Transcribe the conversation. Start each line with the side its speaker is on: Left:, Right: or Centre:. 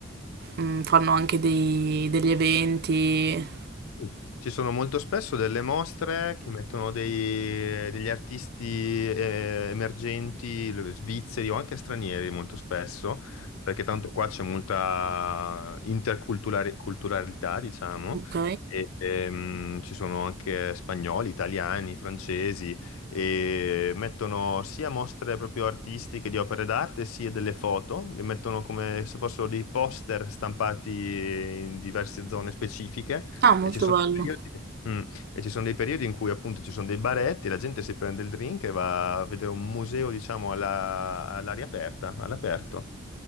Right: mm, fanno anche dei- degli eventi,
Left: Sì. Ci sono molto spesso delle mostre che mettono dei- degli artisti eh, emergenti, lo- svizzeri o anche stranieri molto spesso, perché tanto qua c'è molta interculturalità, diciamo,
Right: ok?
Left: e, ehm, ci sono anche spagnoli, italiani, francesi, e mettono sia mostre proprio artistiche di opere d'arte, sia delle foto, le mettono come se fossero dei poster stampati in diverse zone specifiche
Right: Ah, molto
Left: e ci sono
Right: bello.
Left: dei periodi, mm, e ci sono dei periodi in cui appunto ci sono dei baretti, la gente si prende il drink e va a vedere un museo, diciamo, alla- all'aria aperta, all'aperto.